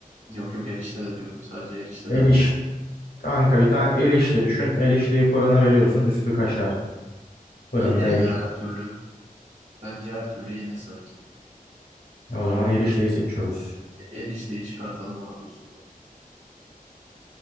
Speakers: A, on the right; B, on the left.
A: Yok yok erişte de diyorum sadece erişteden.
B: Eriş. Kanka bir tane erişte düşün. Erişteyi fırına veriyorsun. Üstü kaşar. Fırında
A: Yenir
B: erişte.
A: ya her türlü. Bence her türlü yenir sanki.
B: E o zaman erişteyi seçiyoruz.
A: Erişteyi çıkartalım abi üstüne.